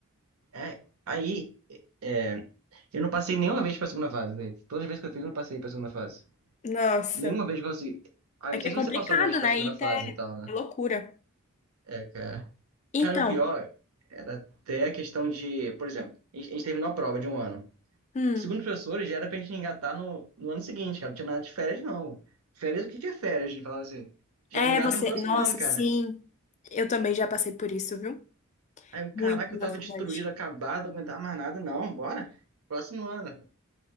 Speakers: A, on the right (about 75°); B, on the left (about 35°).
A: é, aí, é, eu não passei nenhuma vez pra segunda fase, né? Todas as vezes que eu fiz, eu não passei pra segunda fase.
B: nossa.
A: Nenhuma vez consegui. Ah, eu
B: É
A: não
B: que
A: sei
B: é
A: se você
B: complicado,
A: passou alguma vez pra
B: né?
A: segunda
B: ITA
A: fase e tal, né?
B: é loucura.
A: É, cara.
B: Então,
A: Cara, o pior era até a questão de. Por exemplo, a gente, a gente terminou a prova de um ano.
B: hum,
A: Segundo os professores, já era pra gente engatar no, no ano seguinte, cara. Não tinha nada de férias, não. Férias, o que que é férias? Ele falava assim. Já
B: é
A: engata
B: você.
A: no próximo
B: Nossa,
A: ano, cara.
B: sim. Eu também já passei por isso, viu?
A: Aí eu, caraca,
B: Muito
A: eu
B: na
A: tava
B: Fuvest.
A: destruído, acabado, não dá mais nada. Não, bora. Próximo ano.